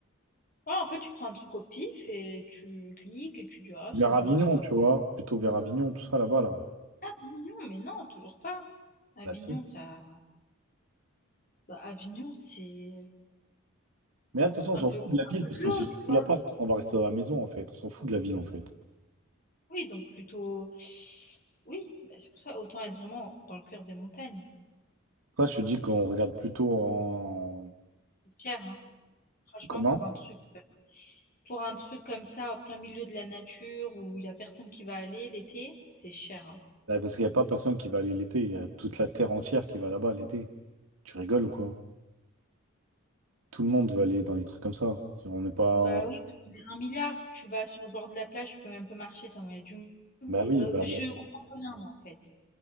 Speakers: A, on the left; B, on the right.
A: Ouais, en fait, tu prends un truc au pif et tu cliques et tu dis, ah,
B: C'est vers
A: c'est beau,
B: Avignon,
A: c'est pas
B: tu
A: beau.
B: vois. Plutôt vers Avignon, tout ça là-bas, là.
A: Avignon, mais non, toujours pas. Avignon,
B: Bah si.
A: ça. bah, Avignon, c'est
B: Mais là, de toute façon, on
A: un
B: s'en
A: peu,
B: fout de la ville
A: un peu
B: parce
A: plus
B: que c'est
A: haut,
B: surtout
A: tu vois.
B: l'appart. On va rester dans la maison, en fait. On s'en fout de la ville, en fait.
A: Oui, donc plutôt. Oui, bah, c'est pour ça, autant être vraiment dans le cœur des montagnes.
B: Là, je te dis qu'on regarde plutôt en
A: C'est cher, hein. Franchement,
B: commun.
A: pour un truc. euh, Pour un truc comme ça, en plein milieu de la nature, où il y a personne qui va aller l'été, c'est cher, hein.
B: Bah, Parce qu'il n'y a pas personne qui va aller l'été. Il y a toute la terre entière qui va là-bas l'été. Tu rigoles ou quoi? Tout le monde veut aller dans les trucs comme ça. Si On n'est pas.
A: Bah oui, parce que un milliard. Tu vas sur le bord de la plage, tu peux même pas marcher, t'as moyen du...
B: Bah oui,
A: Euh,
B: bah.
A: je
B: il y a-
A: comprends pas bien, moi, en fait.